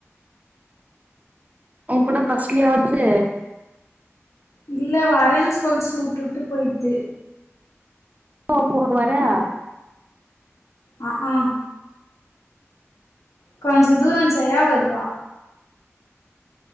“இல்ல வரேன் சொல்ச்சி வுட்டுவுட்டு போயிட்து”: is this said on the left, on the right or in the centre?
Left